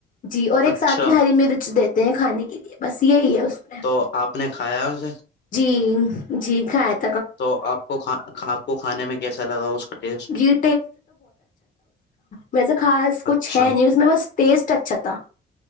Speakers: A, on the left; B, on the left.
A: جی اور ایک
B: اچھا
A: ساتھ میں ہری مرچ د ہیں کھانے کے لیے بس یہی ہے اس میں
B: تو آپ نے کھایا ہوس
A: جی جی گات
B: تو آپ کو آپ کو کھانے میں کیسا لگا اس کا ٹیسٹ
A: جی ویسا خاص کچھ
B: اچھا
A: ہے نہیں اس میں بس تٹیزٹ اچھا تھا